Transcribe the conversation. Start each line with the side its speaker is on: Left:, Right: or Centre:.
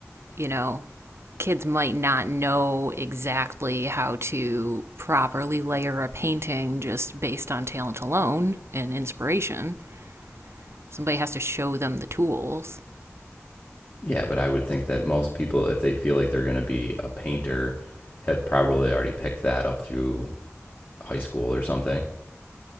Right: you know, kids might not know exactly how to properly layer a painting just based on talent alone and inspiration. Somebody has to show them the tools.
Left: yeah, but I would think that most people if they feel like they're going to be a painter have probably already picked that up through high school or something.